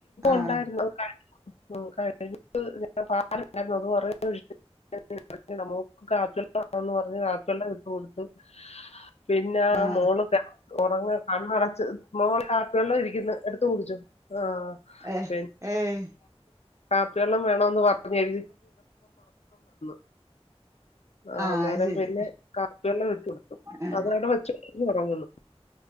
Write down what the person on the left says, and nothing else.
ഉണ്ടായിരുന്നു. ഉം <unintelligible> <unintelligible> ഇട്ട് കൊടുത്ത്. പിന്നെ ആ
മോളൊക്കെ ഉറങ്ങ? അടച്ച് മോളെ കാപ്പി വെള്ളം ഇരിക്കുന്നു എടുത്ത കുടിച്ചോ? ആ
പി
കാപ്പി വെള്ളം വേണന്ന് പറഞ്ഞ് <unintelligible> ആ
അന്നേരം
പിന്നെ കാപ്പിയെള്ളം <unintelligible>
ഉറങ്ങുന്നു